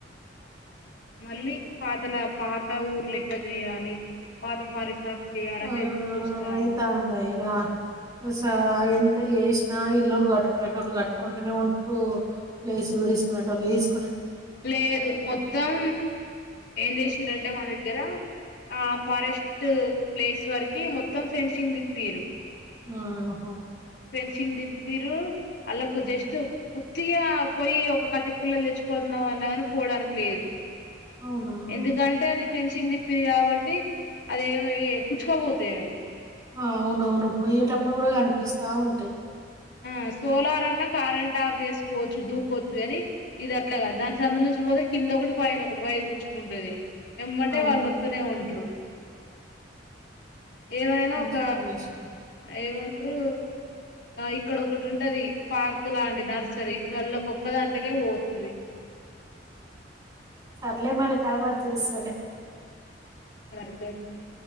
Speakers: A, on the left; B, on the right.
A: మళ్ళీ పాతలా పాత ఊర్ లెక్క చేయాలి పాత ఫారెస్ట్ ఆఫీస్ చేయాలని
B: ఆ
A: చూస్తారు
B: ఆయి తందా ఇగ స ఎంత చెస్ అ ఇల్లులు కట్టుకునే టోళ్ళు కట్టుకుంటేనే ఉంట్రూ ప్లేసులు తీసుకునే టోళ్ళు తీస్
A: లేదు మొత్తం ఏం చేసిరం అంటే మా దగ్గర ఆ ఫారెస్ట్ ప్లేస్ వరకి మొత్తం ఫెన్సింగ్ తిప్పిర్రు
B: ఆహో
A: ఫెన్సింగ్ తిప్పిరు వాళ్ళకు జస్ట్ ఉత్తిగా పోయి ఒక కట్టె పుల్లలు తెచ్చుకుతున్నాం అన్నా కాని పోవడానికి లేదు
B: అవునవును
A: ఎందుకంటే అది ఫెన్సింగ్ తిప్పిర్ కాబట్టి అదిమి కుచుకపోతాయి అవి
B: అవునవును పోయేటప్పుడు కూడా కనిపిస్తా ఉం ట
A: ఆ సోలార్ అన్నా కరెంట్ ఆఫ్ చేసుకోవచ్చు దూకోవచ్చు కాని ఇది అట్లాగాదు దాని సంద నుంచి పోతే కింద ఒకటి పైన ఒకటి వైర్ కూచ్చుకుంటది ఎమ్మటే
B: అవును
A: వాళ్ళప్తూనే ఉంటరు ఏమైనా
B: మంచి
A: ఒక
B: పని చేసినవ్
A: ఏమంటారు ఇక్కడ ఒకటి ఉంటది పార్క్ లాంటి నర్సరీ వల్ల ఒొక్క దాంట్క పో ది
B: సర్లే మరి తర్వాత చేస్తలే
A: సరిలే మరి